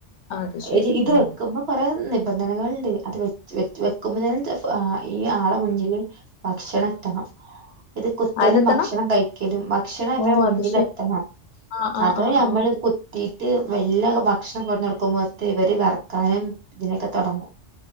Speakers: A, on the left (about 80°); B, on the right (about 60°).
A: ആഹ് അത് ശെരി
B: ഇര് ഇത്
A: ഉം
B: വെക്കുമ്പോ കൊറേ നിബന്ധനകള് ഇണ്ട് അത് വെ വെക്കുമ്പത്തേനും ചലപ്പോ ആ ഇ ആളെ മുന്നില് ഭക്ഷണം എത്തണം ഇത് കുത്തലുംമ
A: ആരെത്തണം
B: ഭക്ഷണം കഴിക്കലും ഭക്ഷണം ഇടെ
A: ഓ
B: മുന്നിലെത്തണം
A: അത് ശെരി ആഹ് ആഹ്
B: അതോ
A: ആഹ്
B: ഞമ്മൾ
A: ആഹ്
B: കൊത്തി ട്ട് വല്ല ഭക്ഷണം കൊറഞ്ഞ് കൊടുക്കുമ്പോഴത്തെ ഇവര് വറക്കാനും ഇതിനൊക്കെ തുടങ്ങും